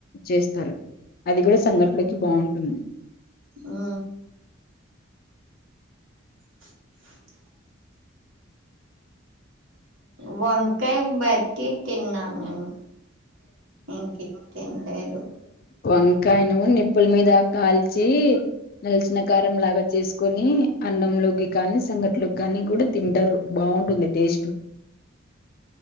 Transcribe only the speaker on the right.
ఆ <inaudible> వంకాయ బజ్జి తిన్నాను నేను ఇంకేం తినలేదు